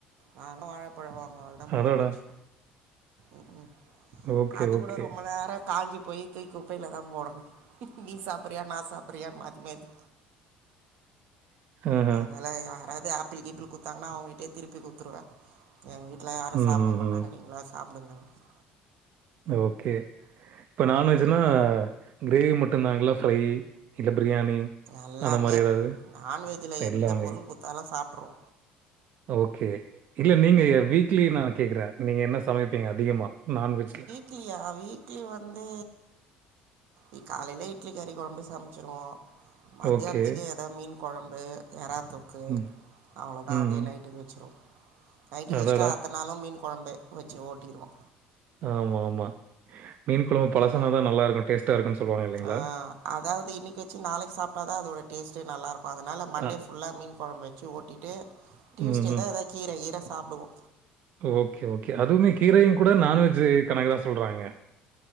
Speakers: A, on the right; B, on the right.
A: வாங்கனா வாழப்பழோ வாங்குவோ அவ்ளதா முடிஞ்சு
B: அடடா!
A: போச்சு ம் ம்
B: ஓகே,
A: அது
B: ஓகே.
A: கூட ரொம்ப நேர காஞ்சி போயி தூய்க் குப்பையிலதா போடணு நீ சாப்றயா நா சாப்றயான் மாத்தி மாத்தி
B: ஆஹா.
A: அதலா யாராவது ஆப் ப்பிள் ஈபிள் குத்தாங்கனா அவங்ககிட்யே திருப்பி குடுத்துருவே எங்க வீட்ல யாரு
B: ம்.
A: சாப்ட
B: ம்.
A: மாட்டாங்க
B: ம்.
A: நீங்களா சாப் <unintelligible>
B: ஓகே இப்ப நான்வெஜ்னா கிரேவி மட்டுந்தாங்களா ஃப்ரை இல்ல பிரியாணி
A: எல்லாமே
B: அந்த மாரி ஏதாவது?
A: நான்வெஜ்ல
B: எல்லாமே.
A: எந்த பொருள் குத்தாலு சாப்ருவோ
B: ஓகே இல்ல நீங்க யே வீக்லி நா கேட்கற நீங்க என்ன சமைப்பீங்க அதிகமா நான்வெஜ்ல
A: க்லியா வீக்லி வந்து இ காலையில இட்லி கறி கொழம்பு சமச்சிருவோ மத்யான்த்துக்கு
B: ஓகே.
A: ஏதா மீன் கொழம்பு எறா தொக்கு
B: ம்.
A: அவ்ளதா
B: ம்.
A: அதே நைட்டுக் வெச்சுருவோ நைட்டுக்குவெச்ட்டு
B: அடடா!
A: அத்த நாள்லா மீன் கொழம்பு வெச்சு ஓட்டிருவோ
B: ஆமாம்மா மீன் கொழம்பு பழசானாதா
A: ம்
B: நல்லா இருக்கு டேஸ்ட்டா இருக்குன் சொல்லுவாங்க இல்லைங்களா?
A: ஆ அதாவது இன்னிக் வெச்சு நாளைக் சாப்ட்டாதா அதோட டேஸ்ட்டே நல்லா இருக்கு அதனால மண்டே
B: அ.
A: ஃபுல்லா மீன் கொழம்பு வெச்சு ஓட்டிட்டு டியூஸ்டே
B: ம்ஹ்ம்.
A: தா எதா கீர கீர சாப்டுவோ
B: ஓகே ஓகே அதுவுமே கீரையு கூட நான்வெஜ்ஜூ கணக்கு தா சொல்றாங்க